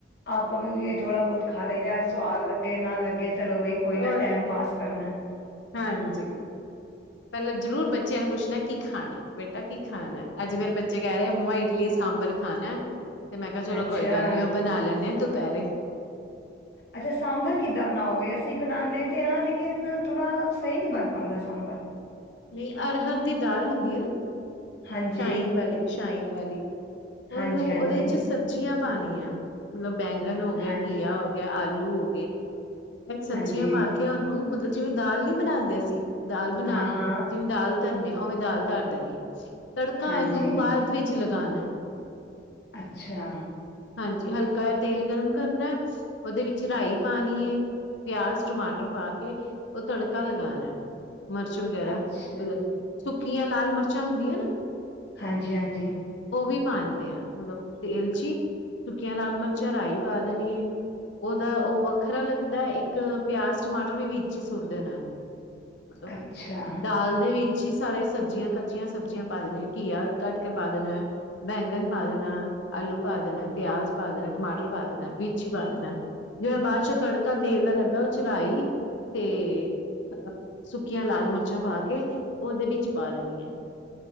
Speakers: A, on the left (about 60°); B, on the left (about 80°).
A: ਆਪਾਂ ਵੀ ਉ ਥੋੜਾ ਬਹੁਤ ਖਾ ਲਈਦੈ ਸਵਾਦ ਲ ਅੱਗੇ ਨਾ ਲੱਗੇ ਚਲੋ ਬਈ ਕੋਈ
B: ਉਹ
A: ਨਾ ਟੈਮ
B: ਤੇ
A: ਪਾਸ ਕਰਨੈ
B: ਹਾਂਜੀ ਪਹਿਲਾ ਜਰੂਰ ਬੱਚਿਆਂ ਨੂੰ ਪੁੱਸ਼ਣੈ ਕੀ ਖਾਣੈ ਬੇਟਾ ਕੀ ਖਾਣੈ ਅੱਜ ਮੇਰੇ ਬੱਚੇ ਕਹਿ ਰਹੇ ਮੂੰਆ ਇਡਲੀ ਸਾਂਬਰ ਖਾਣੈ। ਤੇ ਮੈਂ ਕਿਹਾ ਚਲੋ
A: ਅੱਛਾ,
B: ਕੋਈ ਗੱਲ ਨੀ ਉਹ ਬਣਾ ਲੈਂਣੇੇ ਆ ਤੂੰ ਪੈਰੇ
A: ਅੱਛਾ ਸਾਂਬਰ ਕਿੱਦਾਂ ਬਣਾਓਗੇ ਅਸੀਂ ਬਣਾਣੇ ਤੇ ਆਂ ਲੇਕਿਨ ਥੋੜ੍ਹਾ ਸਹੀ ਨਹੀਂ ਬਣ ਪਾਂਦਾ ਸਾਂਬਰ।
B: ਨਹੀਂ ਅਰ ਹਰ ਦੀ ਦਾਲ ਹੁੰਦੀ ਹੈ ਨ
A: ਹਾਂਜੀ,
B: ਸਾਈਨ ਵਾਲੀ <unintelligible> ਈਨ ਵੈਲੀ ਉਹਨੂੰ
A: ਹਾਂਜੀ-ਹਾਂਜੀ,
B: ਉਹਦੇ ਚ ਸਬਜੀਆਂ ਪਾਣੀ ਆ ਮਤਲਬ ਬੈਂਗਨ ਹੋ ਗਿਆ
A: ਹਾਂਜੀ,
B: ਘੀਆ ਹੋ ਗਿਆ ਆਲੂ ਹੋ ਕੇ ਇਹ ਸਬਜ਼ੀਆਂ
A: ਹਾਂਜੀ,
B: ਪਾ ਕੇ ਉਹਨੂੰ ਮਤਲਬ ਜਿਵੇਂ ਦਾਲ ਨੀ ਬਣਾਉਂਦੇ ਅਸੀਂ ਦਾਲ ਬਣਾ
A: ਹਾਂ-ਹਾਂ,
B: ਕੇ ਜਿਵੇਂ ਦਾਲ ਧਰਨੇ ਆ ਉਵੇਂ ਦਾਲ ਤਰ ਦੇਣੀ ਤੁਸੀ ਤੜਕਾਾਂ
A: ਹਾਂਜੀ,
B: ਨੂੰ ਬਾਅਦ ਵਿੱਚ ਲਗਾਣਾ
A: ਅੱਛਾ
B: ਹਾਂਜੀ ਹਲਕਾ ਜਿਹਾ ਤੇਲ ਗਰਮ ਕਰਨਾ ਉਹਦੇ ਵਿੱਚ ਰਾਈ ਪਾਣੀ ਹੈ ਪਿਆਜ਼ ਟਮਾਟਰ ਪਾ ਕੇ ਉਹ ਤੜਕਾ ਲਗਾਉਣਾ ਮਿਰਚ ਵਗੈਰਾ
A: ਅੱਛਾ,
B: ਸੁੱਕੀਆਂ ਲਾਲ ਮਿਰਚਾਂ ਹੁੰਦੀਆਂ ਨਾ
A: ਹਾਂਜੀ-ਹਾਂਜੀ
B: ਉਹ ਵੀ ਪਾਉਂਦੇ ਆ ਮਤਲਬ ਤੇਲਚੀ ਸੁੱਕੀਆਂ ਲਾਲ ਮਿਰਚਾਂ ਰਹੀਂ ਪਾ ਦੇਣੀ ਹੈ ਉਹਦਾ ਉਹ ਵੱਖਰਾ ਲੱਗਦਾ ਇੱਕ ਪਿਆਜ਼ ਟਮਾਟਰ ਵੀ ਵਿੱਚ ਹੀ ਸੁੱਟ ਦੇਣਾ ਮਤਲਬ
A: ਅੱਛਾ,
B: ਕਿ ਦਾਲ ਦੇ ਵਿੱਚ ਅੀ ਸਾਰੇ ਸਬਜ਼ੀਆਂ ਕੱਚੀਆਂ ਸਬਜ਼ੀਆਂ ਪਾ ਦੇਣੇ ਘੀਆ ਕੱਟ ਕੇ ਪਾ ਦੇਣਾ ਬੈਂਗਨ ਪਾ ਦੇਣਾ ਆਲੂ ਪਾ ਦੇਣਾ ਪਿਆਜ਼ ਪਾ ਦੇਣਾ ਟਮਾਟਰ ਪਾ ਦੇਣਾ ਬਜੀੀ ਪਾ ਦੇਣਾ ਜਿਹੜਾ ਬਾਅਦ ਚੋਂ ਤੜਕਾ ਤੇਲ ਦਾ ਲੱਗਦਾ ਉਹ ਚਰਾਾਈ ਤੇ ਅਹ ਸੁੱਕੀਆਂ ਲਾਲ ਮਿਰਚਾਂ ਪਾ ਕੇ ਉਹਦੇ ਵਿੱਚ ਪਾ ਦੇਦੀ ਆ